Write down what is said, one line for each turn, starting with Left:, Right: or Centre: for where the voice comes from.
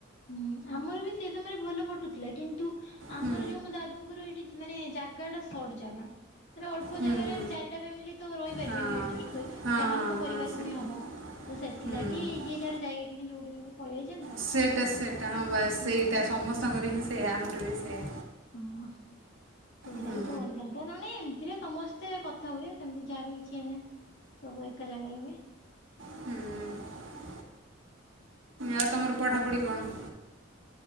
Left: ହୁଁ ଆମର ବି ସେ ସମୟରେ ଭଲ ପଟୁଥିଲା କିନ୍ତୁ ଆମର
Right: ହୁଁ
Left: ଯୋଉ ମୋ ଦାଦା ଦାଦାଙ୍କର ଏଇଠି ମାନେ ଜାଗା ଟା ସଟ ଜାଗା ମାନେ ଅଳ୍ପ
Right: ହୁଁ
Left: ଜାଗାରେ
Right: ହୁଁ।
Left: ଚାରିଟା ଫ୍ୟାମିଲି ତ ରହିପାରିବେନି
Right: ହଁ
Left: ଆଡଯାଷ୍ଟ କରି
Right: ହଁ
Left: ସେମାନଙ୍କ ପରିବାର
Right: ହଁ ହଁ ସେଇଟା
Left: ପୁଣି ହବ ତ ତ ସେଥିଲାଗି
Right: ହୁଁ
Left: ଯିଏ ଯାର ଜାଗା କିଣିକି ଯୋଉଠି ଯୋଉଠି ପଳେଇ ଯାଇଛନ୍ତି। ଆଉ
Right: ସେଇଟା ସେଇଟା ହଁ ବାସ
Left: ହୁଁ
Right: ସେଇଟା ସମସ୍ତଙ୍କର ହିଁ ସେଇଆ ଆମର ବି ସେଇଆ।
Left: ହଁ ସେଇ
Right: ହୁଁ
Left: ଲାଗି ସବୁ ଅଲଗା ଅଲଗା ନହନେ ଏମିତିରେ ସମସ୍ତେ କ ଥା ହୁଏ ସେମିତି ଯାହା ବି କିଛି ହେନେ ସବୁ ଏକା ଜାଗାରେ ହୁଏ।
Right: ହୁଁଁ। ଆଉ ତମର ପଢ଼ାପଢ଼ି କଣ?